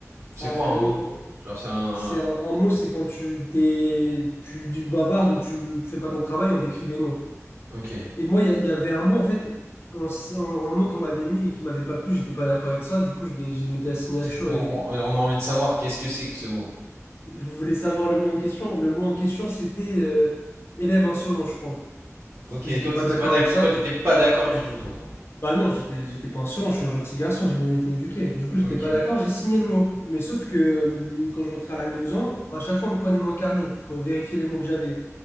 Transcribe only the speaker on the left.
Euh,
oh,
c'est un, un mot, c'est quand tu, t'es, tu, tu bavardes ou tu, tu fais pas ton travail, on t'écrit des mots.
Et moi, il y, a- il y avait un mot, en fait, un, si- un- un mot qu'on m'avait mis et qui m'avait pas plu, j'étais pas d'accord avec ça. Du coup, je l'ai- j'ai imité la signature
et
je voulais savoir le mot en question. Le mot en question, c'était euh, élève insolent, je crois.
J'étais
pas
d'accord
avec ça.
Bah non, j'étais j'étais pas insolent, je suis un gentil garçon, j'ai bien été éduqué. Du coup, j'étais
pas d'accord, j'ai signé le mot. Mais sauf que hum, quand je rentrais à la maison, à chaque fois on me prenait mon carnet pour vérifier les mots que j'avais.